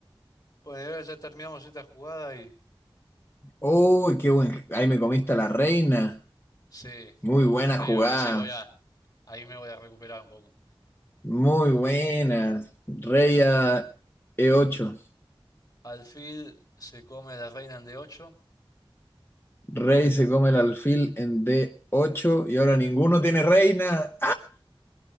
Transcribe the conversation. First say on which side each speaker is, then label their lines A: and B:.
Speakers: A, on the left; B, on the left.
A: Bueno, y ahora ya terminamos esta jugada y...
B: ¡Uy, qué buen! Ahí me comiste a la reina.
A: Sí,
B: Muy
A: bueno,
B: buena
A: ahí
B: jugada.
A: me parece que voy a... Ahí me voy a recuperar un poco.
B: Muy buenas. Rey a E8.
A: Alfil se come la reina en D8,
B: Rey se come el alfil en D8 y ahora ninguno tiene reina.